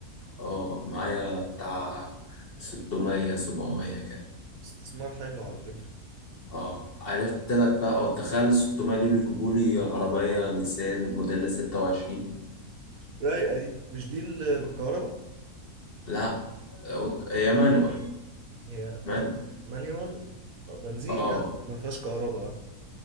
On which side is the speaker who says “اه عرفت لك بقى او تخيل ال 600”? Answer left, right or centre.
Left